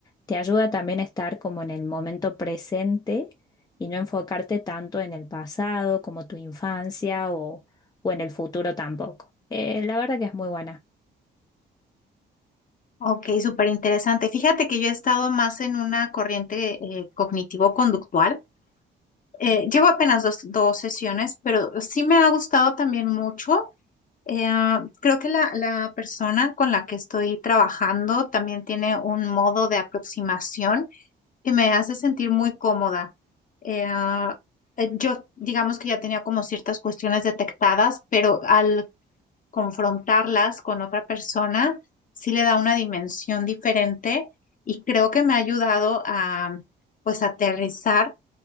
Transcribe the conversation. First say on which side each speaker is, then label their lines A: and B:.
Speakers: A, on the left (about 20°); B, on the left (about 40°).
A: te ayuda también a estar como en el momento presente y no enfocarte tanto en el pasado como tu infancia o, o en el futuro tampoco. Eh, la verdad que es muy buena.
B: Ok, súper interesante. Fíjate que yo he estado más en una corriente eh, cognitivo-conductual. Eh, llevo apenas dos, dos sesiones, pero sí me ha gustado también mucho. Eh, ah, creo que la, la persona con la que estoy trabajando también tiene un modo de aproximación que me hace sentir muy cómoda. Eh, ah, eh, yo, digamos que ya tenía como ciertas cuestiones detectadas, pero al confrontarlas con otra persona, sí le da una dimensión diferente y creo que me ha ayudado a, pues, aterrizar,